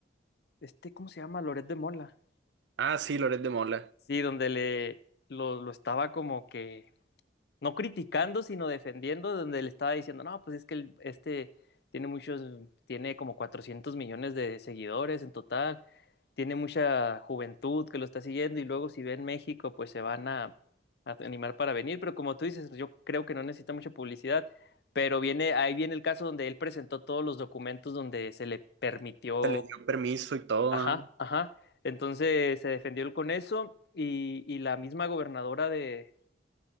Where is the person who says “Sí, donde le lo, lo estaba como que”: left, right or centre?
Left